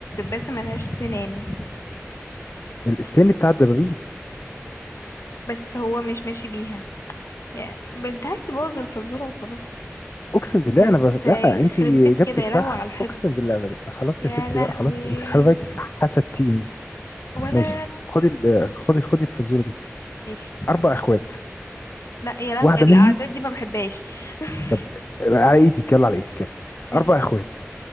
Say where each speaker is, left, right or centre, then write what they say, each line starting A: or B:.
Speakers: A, on the left; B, on the left.
A: بس ملهاش سنان
B: السن بتاع الدبابيس
A: بس هو مش ماشي بيها يعني انت عايز تبوظ الفزورة وخلاص
B: اقسم بالله
A: ده انت
B: انا بف... لا
A: يخرب
B: انت اجابتك
A: بيت كده يا
B: صح
A: لهوي على الحقد
B: اقسم بالله ابدا خلاص
A: يا
B: يا ستي
A: لهوي
B: بقى خلاص انت خلي بالك حسدتيني
A: ولا
B: ماشي خدي ال... خدي خدي الفزوره دي
A: ماشي
B: اربع اخوات
A: لا يا لهوي
B: واحده
A: الاعداد
B: منهم
A: دي ما بحبهاش <laughs>
B: طب على ايدك يلا على ايدك يلا
A: ماشي
B: اربع اخوات